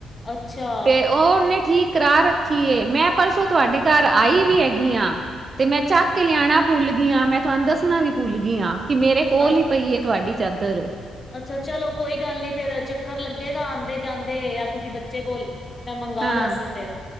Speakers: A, on the left; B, on the right.
A: ਅੱਛਾ।
B: ਤੇ ਓ ਉਹਨੇ ਠੀਕ ਕਰਾ ਰੱਖੀ ਏ, ਮੈਂ ਪਰਸੋਂ ਤੁਹਾਡੇ ਘਰ ਆਈ ਵੀ ਹੈਗੀ ਆਂ। ਤੇ ਮੈਂ ਚੱਕ ਕੇ ਲਿਆਣਾ ਭੁੱਲਗੀ ਆਂ ਮੈਂ ਤੁਹਾਨੂੰ ਦੱਸਣਾ ਵੀ ਭੁੱਲਗੀ ਆਂ ਕਿ ਮੇਰੇ ਕੋਲ
A: ਅ
B: ਈ ਪਈਏ ਤੁਹਾਡੀ ਚਾਦਰ।
A: ਅੱਛਾ ਚਲੋ ਕੋਈ ਗੱਲ ਨੀ ਫੇਰ ਚੱਕਰ ਲੱਗੇਗਾ ਆਂਉਦੇ ਜਾਂਦੇ ਜਾਂ ਕਿਸੇ ਬੱਚੇ ਕੋਲ ਮੈਂ ਮੰਗਾ
B: ਹਾਂ
A: ਲੈੱਸਾਂ ਫੇਰ।